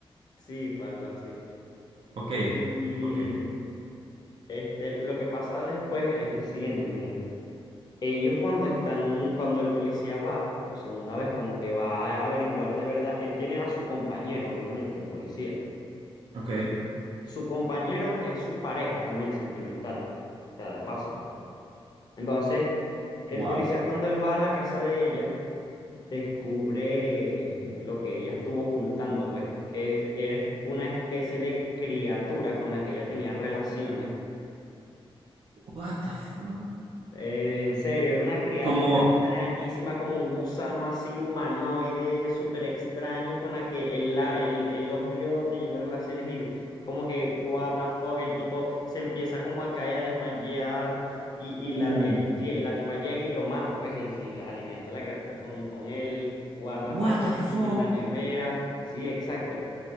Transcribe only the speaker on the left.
Sí, fue algo así.
Y
este, lo que pasa después es lo siguiente, mira. Ellos cuando están, cuando el policía va por segunda vez, como que va a averiguar de verdad, él tiene a su compañero, obviamente, el policía.
Su compañero es su pareja también sentimental, o sea, de paso. Entonces, el
policía cuando él va a la casa de ella, descubre lo que ella estuvo ocultando, pues, que es, es una especie de criatura con la que ella tenía relaciones
Eh, en serio, era una criatura
extrañísima, como un gusano así humanoide, súper extraño, con la que él, la- él- él los vio teniendo relaciones y como que, what the fuck, el tipo se empieza como a caer, a desmayar y, y
la, el- lle- la tipa llega y lo mata, pues, y, y la alimenta a la criatura con, con él, guarda
partes
en, en la nevera, sí, exacto.